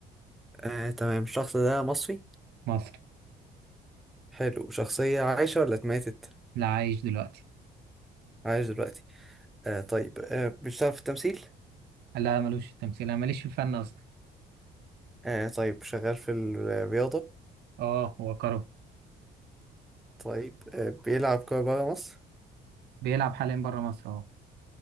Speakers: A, in the centre; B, on the right (about 75°).
A: آه تمام الشخص ده مصري
B: مصري
A: حلو شخصية عايشة ولا اتماتت
B: لا عايش دلوقتي
A: عايش دلوقتي آه طيب آه بيشتغل في التمثيل
B: لا ملوش في التمثيل انا ماليش في الفن اصلا
A: آه طيب شغال في الرياضة
B: اه هو كرم
A: طيب آه بيلعب كورة برا مصر
B: بيلعب حاليا بره مصر اهو